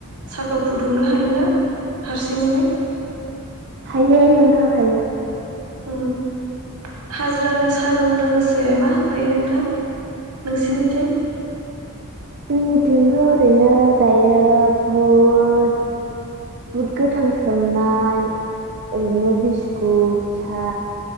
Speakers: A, on the right; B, on the right.
A: साहाखौ फुदुंनो हायोना हारसिङैनो
B: हायो नोंथां हायो।
A: ओम। हाजिरानो साहाजों लोगोसे मा होफायो नोंथां नोंसिनिथिं
B: जोंनिथिंथ' ओरैनो दायो बुट बुद गोथां सोमनाय ओरैनो बिस्कुट सा